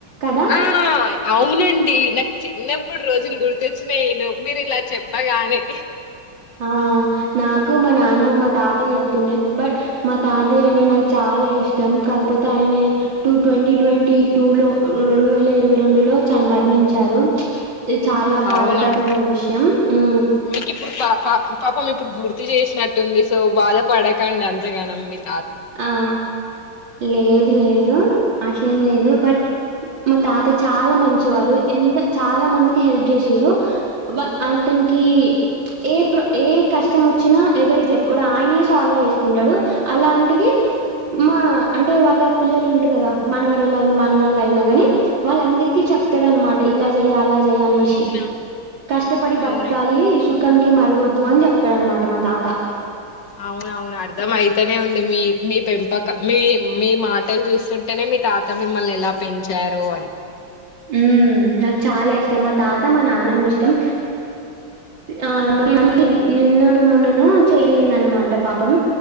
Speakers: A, on the right; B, on the left.
A: కదా?
B: ఆ అవునండి నాక్ చిన్నప్పుడు రోజులు గుర్తొచ్చినయ్ ఎన్నో మీరు ఇలా చెప్పగానే
A: ఆ నాకు మా నాన్నమ్మ మా తాతయ్య చెప్తుండే బట్ మా తాతయ్య అంటే నాకు చాలా ఇష్టం కాకపోతే ఆయనే టూ ట్వంటీ ట్వంటీ టూ లో రెండు వేల ఇరవై రెండు లో చ మరణించి చారు ఇది చాలా బాధకరనమ
B: అవునవును
A: విషయం మ్
B: మీకు ఇప్పుడు పా పా పాపం ఇప్పుడు గుర్తు చేసినట్టుంది సో బాధ పడకండి అంత గనం మీర్
A: ఆ లేదు లేదు అట్లేం లేదు బట్ మా తాత చాలా మంచివారు ఎంత చాలా మందికి హెల్ప్ జే సిరు వ అతనికి ఏ ప్ర ఏ కష్టం వచ్చినా ఎవరికి చెప్పుకోడు ఆయనే సాల్వ్ చేసుకుంటాడు అలాంటి ది మా అంటే వాళ్ళ పిల్లలు ఉంటారు కదా మనవరాళ్లు మనవళ్ళయినా గాని వాళ్ళందరికీ చెప్ ప్తాడు అనమాట ఇలా జెయ్యాల జేయ్ అనేసి
B: అవునా
A: కష్టపడి బతకాలి
B: అవునా
A: సుఖం కి మరగొద్దు అని చెప్తాడనమా ట మా తాత
B: అవునవును అర్ధం అయితనే ఉంది మీ మీ పెంపకం మీ మీ మాటలు చూస్తుంటేనే మీ తాత మిమ్మల్ని ఎలా పెంచారో అని
A: మ్ నాకు చాలా ఇష్టం మా తాత మా నానమ్మ ఇష్టం ఆ మా నాన్నమ్మ కి నిన్ననో మొన్ననో చెయ్యిరిగిందనమాట పాపం